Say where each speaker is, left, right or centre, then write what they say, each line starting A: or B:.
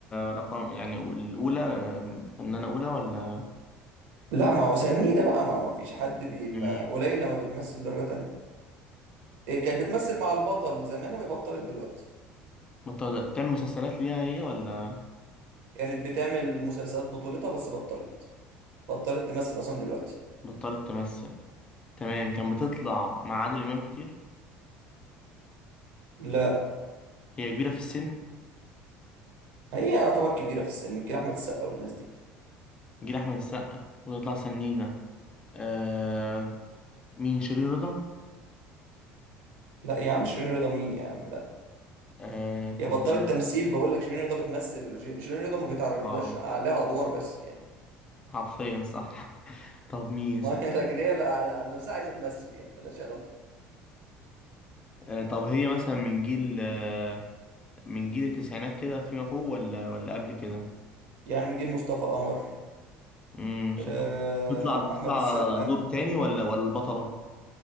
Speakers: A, on the left; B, on the right.
A: رقم يعني الأولى آم، فنانة أولى ولا
B: لا ما هو سنيدة بقى ما هو ما فيش حد بي ما
A: مم.
B: قليل لما بتمثل درجة تانية إيه كانت بتمثل مع البطل زمان وهي بطلت دلوقتي
A: بطلت تعمل مسلسلات ليها هي ولا
B: كانت بتعمل مسلسلات بطولتها بس بطلت بطلت تمثل أصلا دلوقتي
A: بطلت تمثل تمام كان بتطلع مع عادل إمام كتير
B: لا
A: هي كبيرة في السن
B: هي يعتبر كبيرة في السن جيل أحمد السقا والناس دي
A: جيل أحمد السقا وتطلع سنيدة آه مين شيرين رضا
B: لا يا عم شيرين رضا مين يا عم لا
A: آه طب
B: هي بطلت
A: مين؟
B: تمثيل بقول لك شيرين رضا بتمثل ج- شيرين رضا ما بيتعرضلهاش
A: اه
B: عليها أدوار بس يعني
A: حرفيا صح <laughs> طب مين
B: <laughs> ما هي لكن هي لا- على على نفسها عايزة تمثل يعني ملهاش علاقة
A: آه، طب هي مثلا من جيل آه، من جيل التسعينات كده فيما فوق ولا ولا قبل كده
B: يعني من جيل مصطفى قمر
A: امم صعب
B: آه،
A: بتطلع بتطلع
B: أحمد السقا
A: دور تاني ولا ولا البطلة